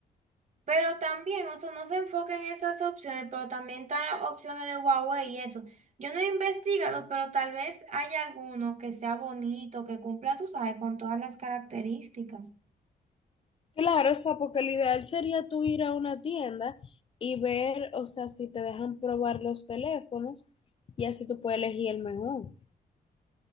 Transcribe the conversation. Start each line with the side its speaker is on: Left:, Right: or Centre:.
Right: Pero también, o sea, no se enfoca en esas opciones, pero también está opciones de Huawei y eso. Yo no he investigado, pero tal vez haya alguno que sea bonito, que cumpla, tú sabes, con todas las características.
Left: Claro, o sea, porque lo ideal sería tú ir a una tienda y ver, o sea, si te dejan probar los teléfonos y así tú puedes elegir el mejor.